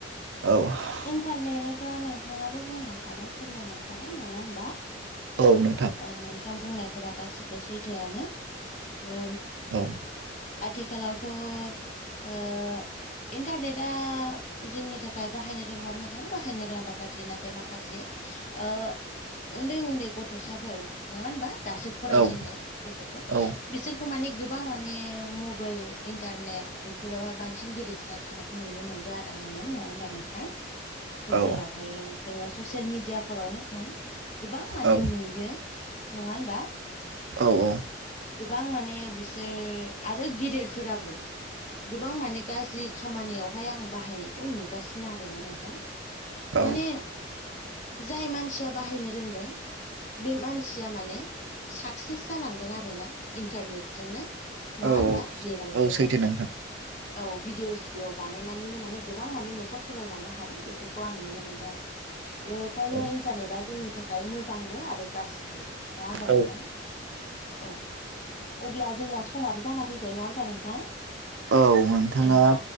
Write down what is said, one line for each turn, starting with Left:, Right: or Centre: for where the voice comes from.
Right: औ
Left: इन्टारनेटआथ' नोंथाङाबो बुंलांखाबाय फोरमायलांखाबाय नङा होनबा
Right: औ नोंथां।
Left: ओ नोंथां बुंनायफोरा गासिबो सैथोआनो ओ
Right: औ
Left: आथिखालावथ' ओ इन्टारनेटआ जोंनि थाखाय बाहायनो रोंबा मोजां बाहायनो रोङाबा गाज्रि नाथाय माखासे ओ उन्दै-उन्दै गथ'साफोर नङा होनबा दासो फरायजेननाय
Right: औ
Left: गथ'फोर
Right: औ
Left: बिसोरखौ माने गोबां माने मबाइल इन्टारनेट बेफोरावहाय बांसिन गोदोसोना थानाय खौ नुनो मोनदों आरो आङो नङा होमबा नों थां
Right: औ
Left: जेरावहायो जोङो ससियेल मिडियाफोरावनो होन गोबां माने
Right: औ
Left: नुयो नङा होनबा
Right: औ औ
Left: गोबां माने बिसोर आरो गेदेरफोराबो गोबां माने गाज्रि खामानियावहाय आं बाहायनायखौ नुगासि ना आरोना नोंथां
Right: औ
Left: माने जाय मानसिया बाहायनो रोंदों बे मानसिया माने साक्सेस जालांदों आरो ना इन्टारनेट जोंनो। नङा
Right: औ
Left: होनबा जेराव
Right: औ
Left: जोङो
Right: सैथो नोंथां
Left: औ भिडिअ सिडिअ बानायनानैनो माने गोबां माने न' खर सलायलांनो हादों बेफोरखौ आं नुनो मोनदों आरो बेखायनो
Right: औ
Left: इन इन्टारनेटआ जोंनि थाखाय मोजांबो आरो गाज्रि नङा होनबा
Right: औ
Left: नोंथां औ अब्ला जोंना समाबो जाना फैबाय नङा होमबा नोंथां
Right: औ नोंथाङा
Left: जोंना